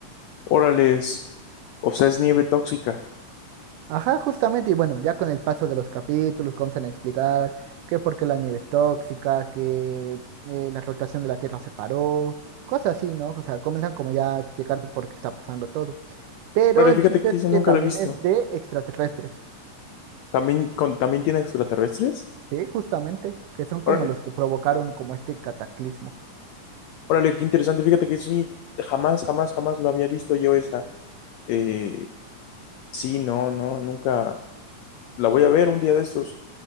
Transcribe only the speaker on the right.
Ajá, justamente, y bueno, ya con el paso de los capítulos comienzan a explicar que por qué la nieve es tóxica, que eh, la rotación de la Tierra se paró, cosas así, ¿no? O sea, comienzan como ya a explicarte por qué está pasando todo. Pero
el
chiste
es
que también
es de extraterrestres,
¿sí? Justamente, que son como
los que provocaron como este cataclismo.